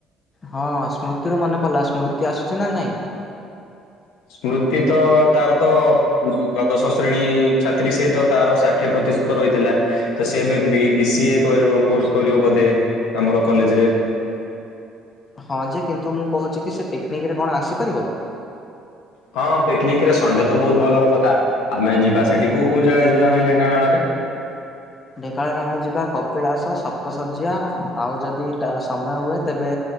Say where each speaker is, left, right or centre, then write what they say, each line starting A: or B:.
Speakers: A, on the left (about 35°); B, on the left (about 80°).
A: ହଁ, ସ୍ମୃତି ରୁ ମନେ ପଡିଲା, ସ୍ମୃତି ଆସୁଛି ନା ନାଇଁ।
B: ସ୍ମୃତି ତ ତାର ତ ଦ୍ଵାଦଶ ଶ୍ରେଣୀ ଛାତ୍ରୀ ସେ ତାର ଷାଠିଏ ପ୍ରତିଶତ ରହିଥିଲା। ତ ସିଏ ଏବେ ବି ବି ସିଏ କରିବ କୋର୍ସ କରିବ ବୋଧେ, ଆମର କଲେଜରେ।
A: ହଁ ଯେ କିନ୍ତୁ ମୁଁ କହୁଚି କି ସେ ପିକନିକରେ କଣ ଆସିପାରିବ।
B: ହଁ ପିକିନିକ ରେ ସଣ୍ଡେ ତ ବୋହୁତ ଭଲର କଥା ଆମେ ଯିବା ସେଠି କୋଉ କୋଉ ଜାଗା ଯିବା ଆମେ ଢେଙ୍କାନାଳରେ?
A: ଢେଙ୍କାନାଳରେ ଆମେ ଯିବା କପିଳାସ ସପ୍ତ ଶଯ୍ୟା ଆଉ ଯଦି ଟ ସମୟ ହୁଏ ତେବେ